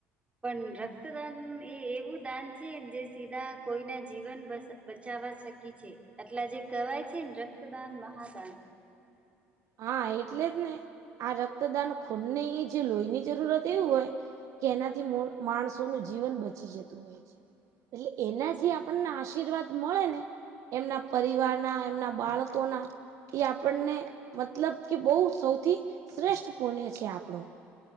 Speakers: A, on the right; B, on the right.
A: પણ રક્તદાન એ એવું દાન છે જે સીધા કોઈના જીવન બસ. બચવા શકી છે એટલા જે કહેવાય છે ને રક્તદાન મહાદાન.
B: હા એટલે જ ને આ રક્તદાન ખૂનની જે લોહીની જરૂરત એવું હોય. કે એનાથી માણસોનુંું જીવન બચી જતું હોય છે. એટલે એના
A: સાચું
B: જે આપણને આશીર્વાદ મળે ને. એમના પરિવારના એમના બાળકોના એ આપણને. મતલબ કે બહુ સૌથી શ્રેષ્ઠ પુણ્ય છે આપણું.